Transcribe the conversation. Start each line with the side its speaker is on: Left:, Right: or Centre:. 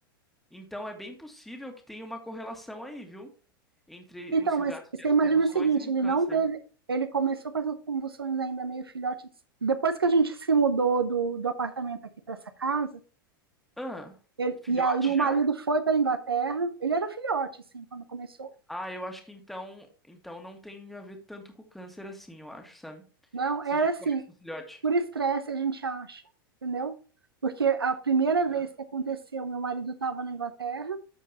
Centre: Então é bem possível que tenha uma correlação aí, viu? Entre
Right: Então,
Centre: o seu
Right: mas
Centre: gato ter
Right: você
Centre: as
Right: imagina
Centre: convulsões
Right: o seguinte,
Centre: e o
Right: ele
Centre: câncer.
Right: não teve, ele começou com essas convulsões ainda meio filhote. Depois que a gente se mudou do, do apartamento aqui para essa casa,
Centre: Ah,
Right: ele-
Centre: filhote
Right: e aí o
Centre: já?
Right: marido foi para a Inglaterra, ele era filhote, assim, quando começou
Centre: Ah, eu acho que então, então não tem a ver tanto com o câncer assim, eu acho, sabe?
Right: Não, era
Centre: Esse dia eu
Right: assim,
Centre: começo no filhote.
Right: por estresse a gente acha, entendeu? Porque a primeira vez
Centre: né?
Right: que aconteceu, meu marido estava na Inglaterra,